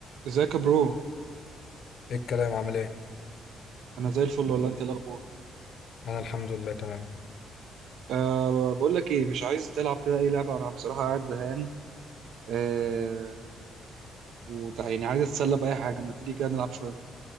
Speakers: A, on the right; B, on the left.
A: ازيك يا برو
B: ايه الكلام عامل ايه
A: انا زي الفل والله انت إيه الاخبار
B: انا الحمد لله تمام
A: أه بقول لك ايه مش عايز تلعب كده اي لعبه انا بصراحه قاعد زهقان أه وتع... يعني عايز اتسلى باي حاجه ما تيجي كده نلعب شويه